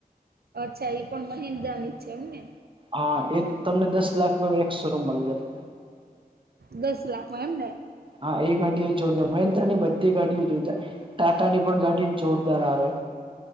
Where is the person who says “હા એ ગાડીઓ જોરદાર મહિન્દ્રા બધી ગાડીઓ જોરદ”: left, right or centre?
Right